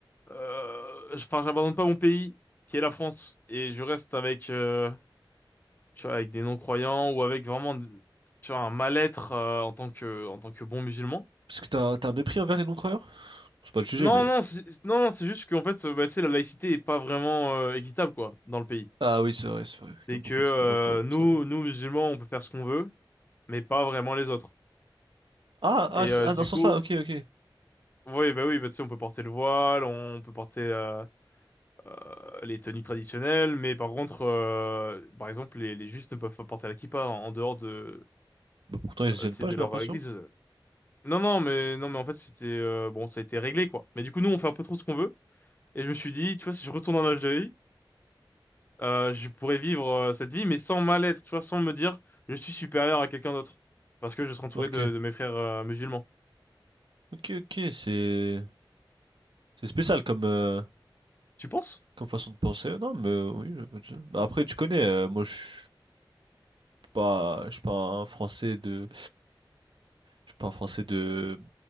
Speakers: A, on the left; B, on the right.
A: euh, je, enfin, j'abandonne pas mon pays, qui est la France, et je reste avec, euh, tu vois, avec des non-croyants ou avec vraiment, tu vois, un mal-être euh, en tant que, en tant que bon musulman.
B: Parce que t'as t'as un mépris envers les non-croyants? C'est pas le sujet,
A: Non,
B: mais.
A: non, c'est- non, non, c'est juste qu'en fait, euh, bah, tu sais, la laïcité est pas vraiment euh, équitable, quoi, dans le pays.
B: Ah oui, c'est vrai, c'est vrai.
A: C'est
B: Il y a beaucoup
A: que euh,
B: d'islamophobes,
A: nous,
B: tout ça. ouais.
A: nous musulmans, on peut faire ce qu'on veut. mais pas vraiment les autres.
B: Ah, ah,
A: Et
B: c'est-
A: euh,
B: ah,
A: du
B: dans ce
A: coup,
B: sens-là, ok, ok.
A: oui, bah oui, bah tu sais, on peut porter le voile, on peut porter euh, euh, les tenues traditionnelles, mais par contre, euh, par exemple, les, les justes ne peuvent pas porter la kippa en, en dehors de,
B: Bah, pourtant, ils se
A: euh,
B: gênent
A: tu
B: pas,
A: sais, de
B: j'ai
A: leur
B: l'impression.
A: euh, église. Non, non, mais non, mais en fait, c'était euh, bon, ça a été réglé quoi. Mais du coup, nous, on fait un peu trop ce qu'on veut. Et je me suis dit, tu vois, si je retourne en Algérie, euh, je pourrais vivre euh, cette vie, mais sans mal être, tu vois, sans me dire, je suis supérieur à quelqu'un d'autre, parce que je serai entouré
B: Ok.
A: de, de mes frères euh, musulmans.
B: Ok, ok, c'est. C'est spécial comme. euh,
A: Tu penses?
B: Comme façon de penser. Non, mais euh, oui, je- je- bah, après, tu connais, euh, moi, je suis pas. Je suis pas un Français de. Je suis pas un Français de,